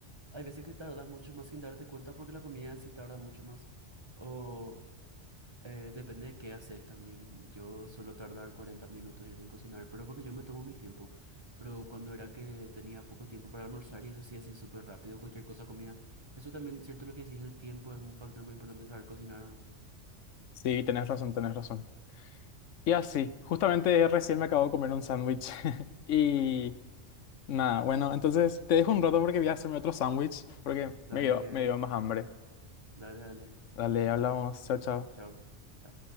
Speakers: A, on the right; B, on the left.
A: hay veces que tardas mucho más sin darte cuenta porque la comida en sí tarda mucho más. o Eh, depende de qué haces también. Yo suelo tardar 40 minutos y eso en cocinar, pero porque yo me tomo mi tiempo. Pero cuando era que tenía poco tiempo para almorzar y eso sí, así súper rápido, cualquier cosa comía. Eso también, cierto lo que decís, el tiempo es un factor muy importante saber cocinar o no.
B: Sí, tenés razón, tenés razón. Y así, justamente recién me acabo de comer un sándwich. <laughs> Y nada, bueno, entonces te dejo un rato porque voy a hacerme otro sándwich porque
A: Dale,
B: me dio, me dio más hambre.
A: dale, dale.
B: Dale, hablamos, chao, chao.
A: Chao. chao.